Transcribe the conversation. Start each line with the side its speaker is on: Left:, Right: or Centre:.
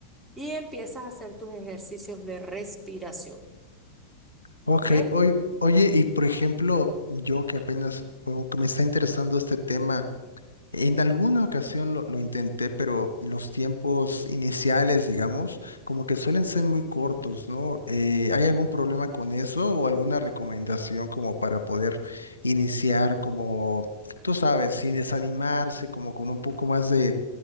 Centre: y empiezas a hacer tus ejercicios de respiración,
Left: Ok,
Centre: ¿ok?
Left: oy- oye, y por ejemplo, yo que apenas como que me está interesando este tema, en alguna ocasión lo, lo intenté, pero los tiempos iniciales, digamos, como que suelen ser muy cortos, ¿no? Eh, ¿hay algún problema con eso o alguna recomendación como para poder iniciar como, tú sabes, sin desanimarse, como con un poco más de,